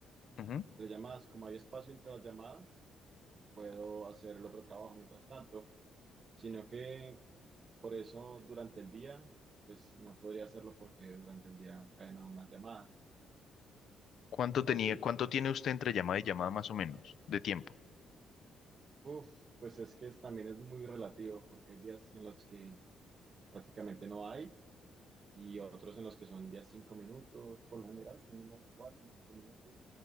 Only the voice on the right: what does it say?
entre llamadas, como hay espacio entre las llamadas, puedo hacer el otro trabajo mientras tanto, sino que por eso durante el día, pues no podría hacerlo porque durante el día caen aún más llamadas.
¿A
usted,
Uf, pues es que es- también es muy relativo, porque hay días en los que prácticamente no hay y otros en los que son días cinco minutos, por lo general son unos cuatro o cinco minutos.